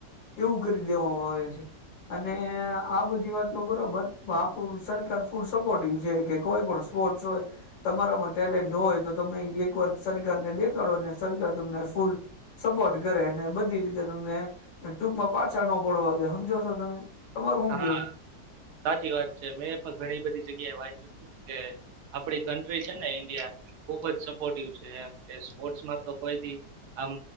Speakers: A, on the left (about 85°); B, on the right (about 65°).
A: એવું કરી દેવામાં આવે છે. અને આ બધી વાત તો બરોબર, પણ આપણું સરકાર ફૂલ સપોર્ટિવ છે કે કોઈ પણ સ્પોર્ટસ હોય, તમારામાં ટેલેન્ટ હોય તો તમે ઈ એક વાર સરકારને દેખાડો ને, સરકાર તમને ફૂલ સપોર્ટ કરે અને બધી રીતે તમને ટૂંકમાં પાછા ન પડવા દે હમજો છો તમે. તમારું હું
B: હા,
A: કેવું
B: સાચી વાત છે. મેં પણ ઘણી બધી જગ્યાએ વાંયચુ કે આપડી કન્ટ્રી છે ને ઈન્ડિયા એ ખુબ જ સપોર્ટિવ છે એમ, કે સ્પોર્ટસમાં તો કોઈ ભી આમ